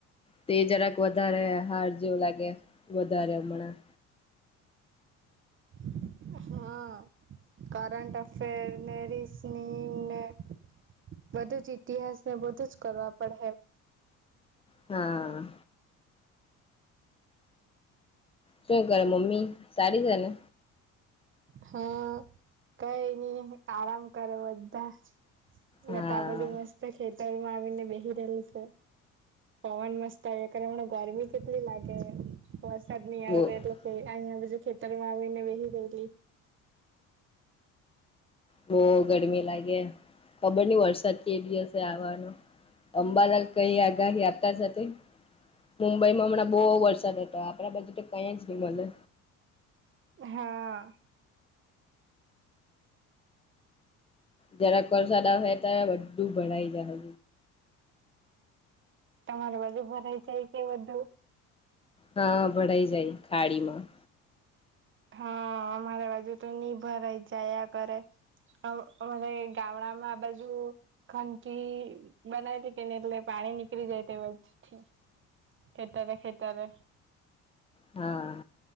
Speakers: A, on the left; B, on the right.
A: તે જરાક વધારે હાર જેવુ લાગે વધારે હમણાં
B: <inaudible> હા કરન્ટન્ટ અફેર રિસીવ બધું જ ઇતિહાસ ને બધું જ કરવા પડે
A: હા. શું કરે મમ્મી સારી છેને.
B: હા કઈ નઈ આરામ કરે બધાજ મે
A: હા
B: તો આ બાજુ મસ્ત ખેતરમાં આવીને બેહી રહેલી સે પવન મસ્ત આવ્યા કરે ને ગરમી કેટલી લાગે વરસાદ ની આવે
A: બહુ
B: તો એટલે અહીયા બીજુ ખેતરમાં આવીને બેહી ગયેલી.
A: બઉ ગરમી લાગે ખબર નહી વરસાદ કે દિવસે આવવાનો. અંબાલાલ કઈ આગાહી આપતા છે તે. મુંબઈમાં હમણાં બહુ વરસાદ હતો આપણા બાજું તો કઈ જ નહી મળે.
B: હા.
A: જરાક વરસાદ આવહે ત્યારે બધું ભરાઈ જાહે.
B: તમારે બધું ભરાય જાય કે બધું
A: હા ભડાઈ જાય ખાડીમાં
B: હા અમારે બાજુ તો ની ભરાઈ જાયા કરે અ અમાર હે ગામડા માં આ બાજુ ખંનકી બનાવેલી કે ની એટલે પા ણી નીકળી જાય તે બાજુથી ખેતરે-ખેતરે.
A: હા